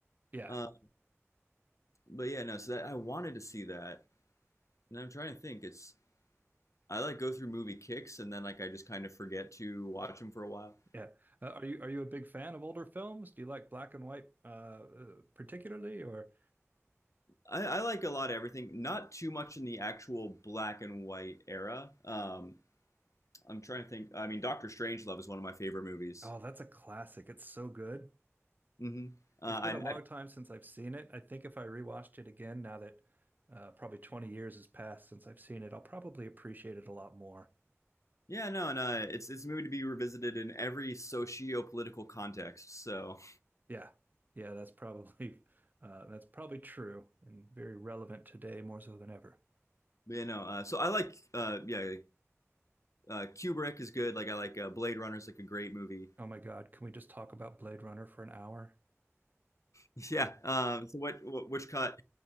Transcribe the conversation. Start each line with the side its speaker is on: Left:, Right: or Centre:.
Right: Yeah,
Left: Uh, but yeah, no, so that I wanted to see that, and I'm trying to think. It's I like go through movie kicks, and then like I just kind of forget to watch them for a while.
Right: yeah. Uh, are you are you a big fan of older films? Do you like black and white uh, uh, particularly, or
Left: I, I like a lot of everything. Not too much in the actual black and white era. Um, I'm trying to think. I mean, Doctor Strangelove is one of my favorite movies.
Right: oh, that's a classic. It's so good.
Left: hmm Uh,
Right: It's been
Left: I,
Right: a
Left: I,
Right: long time since I've seen it. I think if I rewatched it again, now that uh, probably 20 years has passed since I've seen it, I'll probably appreciate it a lot more.
Left: yeah, no, and uh, it's it's a movie to be revisited in every socio-political context. So,
Right: Yeah. Yeah, that's probably <laughs> uh, that's probably true and very relevant today more so than ever.
Left: you know, uh, so I like, uh, yeah, uh, Kubrick is good. Like I like uh, Blade Runner is like a great movie. <laughs>
Right: Oh my God, can we just talk about Blade Runner for an hour?
Left: Yeah. Um, so what, what which cut?